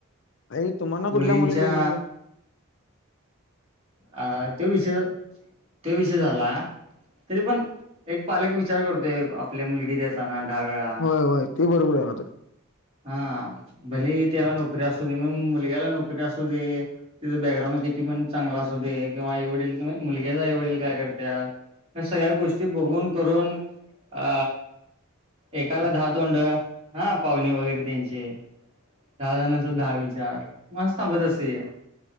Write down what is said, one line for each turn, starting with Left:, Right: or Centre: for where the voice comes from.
Left: आई तुम्हाना कुठल्या
Right: मुलींच्या
Left: मुली त्याना नाही
Right: हा तो विषय तो विषय झाला तरी पण एक पालक विचार करतोय आपल्या मुलगी देताना दहा वेेळा
Left: होय होय ते बरोबर आहे मात्र.
Right: हा भले त्याला नोकरी असू दे मग मुलग्याला नोकरी असू दे तिचं बॅकग्राऊंड किती पण चांगलं असू दे किंवा आई वडील मुलग्याचं आईवडील काय करतात या सगळ्या गोष्टी बघून करून अ एकाला दहा तोंडं हा पाहुणे वगैरे त्यांची दहा जणांचा दहा विचार मग असं थांबत असते